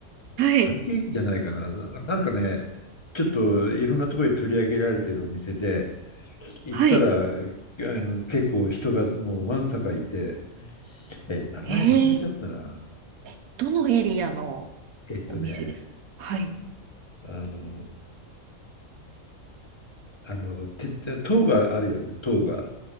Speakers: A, on the right; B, on the left.
A: はい、
B: パンケーキじゃないかな。ななんかね、ちょっといろんなところに取り上げられているお店で、行ったら、
A: はい。
B: あの、結構人がもうわんさかいて、え、名前忘れちゃったな。
A: えー、えどのエリアの
B: えっとね、
A: お店ですかはい。
B: あの、あの、て、塔があるよね、塔が。